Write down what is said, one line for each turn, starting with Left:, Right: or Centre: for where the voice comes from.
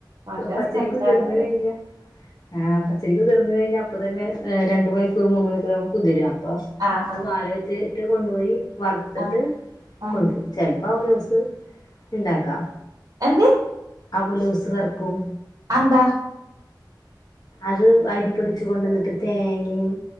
Right: ഓരോ
Left: പച്ചരി
Right: സ്ഥലത്താരോ
Left: കുതിർന്ന കഴിഞ്ഞ ആഹ് പച്ചരി കുതിർന്ന കഴിഞ്ഞ ഇപ്പ തന്നെ രണ്ട് മണിക്കൂർ മൂന്ന് മണിക്കൂർ നക്ക് കുതിര അപ്പൊ
Right: ആഹ്
Left: അത്
Right: ആഹ്
Left: വാല വെച്ചി ജട്ട് കൊണ്ടുപോയി വറ്ത്തിട്ട്
Right: ആഹ് ആഹ്
Left: കൊട്ക് ചെല്പ്പാ ജ്യുസ് ഇണ്ടാക്കാ
Right: എന്ത്
Left: അവലൂസ് വർക്കും
Right: അഎന്താ
Left: അത് അരിപൊടിച്ച് കൊണ്ടന്നിട്ട് തേങ്ങെം